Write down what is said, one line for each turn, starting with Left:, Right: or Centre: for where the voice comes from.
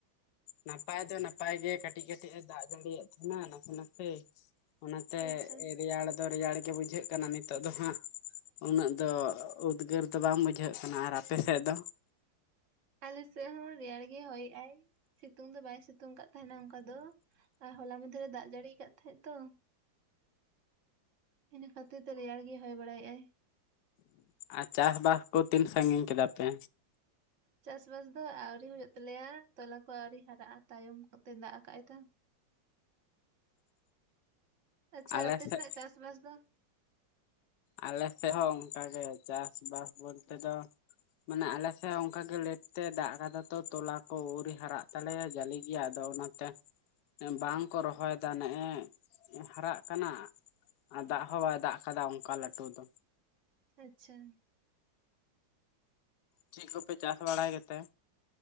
Left: ᱱᱟᱯᱟᱭ ᱫᱚ ᱱᱟᱯᱟᱭ ᱜᱮ ᱠᱟᱹᱴᱤᱡ ᱠᱟᱹᱴᱤᱡ ᱮ ᱫᱟᱜ ᱡᱟᱹᱲᱤᱭᱮᱫ ᱛᱟᱸᱦᱮᱱᱟ ᱱᱟᱥᱮ ᱱᱟᱥᱮ᱾ ᱚᱱᱟᱛᱮ
Right: ᱟᱪᱪᱷᱟ
Left: ᱨᱮᱭᱟᱲ ᱫᱚ ᱨᱮᱭᱟᱲ ᱜᱮ ᱵᱩᱡᱷᱟᱹᱜ ᱠᱟᱱᱟ ᱱᱤᱛᱚᱜ ᱫᱚ ᱦᱟᱸᱜ᱾ ᱩᱱᱟᱹᱜ ᱫᱚ ᱩᱫᱽᱜᱟᱹᱨ ᱫᱚ ᱵᱟᱝ ᱵᱩᱡᱷᱟᱹᱜ ᱠᱟᱱᱟ ᱟᱨ ᱟᱯᱮ ᱥᱮᱫ ᱫᱚ?
Right: ᱟᱞᱥᱮ ᱦᱚᱸ ᱨᱮᱭᱟᱲ ᱜᱮ ᱦᱚᱭᱮᱜ ᱟᱭ᱾ ᱥᱤᱛᱩᱝ ᱫᱚ ᱵᱟᱭ ᱥᱤᱛᱩᱝ ᱠᱟᱜ ᱛᱟᱸᱦᱮᱱᱟ ᱚᱝᱠᱟ ᱫᱚ ᱟᱨ ᱦᱚᱞᱟ ᱢᱚᱫᱽᱷᱮᱨᱮ ᱫᱟᱜ ᱡᱟᱹᱲᱤᱭ ᱟᱠᱟᱫ ᱛᱟᱦᱮᱸᱫ ᱛᱚ᱾ ᱤᱱᱟᱹ ᱠᱷᱟᱹᱛᱤᱨ ᱛᱮ ᱨᱮᱭᱟᱲ ᱜᱮᱭ ᱦᱚᱭ ᱵᱟᱲᱟᱭᱮᱜ ᱟᱭ᱾
Left: ᱟᱨ ᱪᱟᱥᱵᱟᱥ ᱠᱚ ᱛᱤᱱ ᱥᱟᱺᱜᱤᱧ ᱠᱮᱫᱟ ᱯᱮ?
Right: ᱪᱟᱥ ᱵᱟᱥ ᱫᱚ ᱟᱣᱨᱤ ᱦᱩᱭᱩᱜ ᱛᱟᱞᱮᱭᱟ ᱛᱚᱞᱟ ᱠᱚ ᱟᱣᱨᱤ ᱦᱟᱨᱟᱜᱼᱟ ᱛᱟᱭᱚᱢ ᱠᱚᱛᱮ ᱫᱟᱜ ᱠᱟᱜ-ᱟᱭ ᱛᱚ᱾ ᱟᱪᱪᱷᱟ
Left: ᱟᱞᱮ
Right: ᱟᱯᱮ
Left: ᱥᱮᱫ
Right: ᱥᱮᱱᱟᱜ ᱪᱟᱥᱵᱟᱥ ᱫᱚ?
Left: ᱟᱞᱮ ᱥᱮᱫ ᱦᱚᱸ ᱚᱝᱠᱟᱜᱮ ᱪᱟᱥᱵᱟᱥ ᱵᱚᱞᱛᱮ ᱫᱚ ᱢᱟᱱᱮ ᱟᱞᱮᱥᱮᱫ ᱦᱚᱸ ᱚᱝᱠᱟ ᱜᱮ ᱞᱮᱴ ᱛᱮ ᱫᱟᱜ ᱟᱠᱟᱫᱟ ᱛᱚ ᱛᱚᱞᱟ ᱠᱚ ᱟᱹᱣᱩᱨᱤ ᱦᱟᱨᱟᱜ ᱛᱟᱞᱮᱭᱟ ᱡᱟᱞᱤ ᱜᱮᱭᱟ ᱟᱫᱚ ᱚᱱᱟ ᱛᱮ ᱵᱟᱝᱠᱚ ᱨᱚᱦᱚᱭ ᱫᱟ ᱱᱮᱜᱼᱮ ᱦᱟᱨᱟᱜ ᱠᱟᱱᱟ᱾ ᱟᱨ ᱫᱟᱜ ᱦᱚᱸ ᱵᱟᱭ ᱫᱟᱜ ᱟᱠᱟᱫᱟ ᱚᱝᱠᱟ ᱞᱟᱹᱴᱩ ᱫᱚ᱾
Right: ᱟᱪᱪᱷᱟ᱾
Left: ᱪᱮᱫ ᱠᱚᱯᱮ ᱪᱟᱥ ᱵᱟᱲᱟᱭ ᱜᱮᱛᱮ?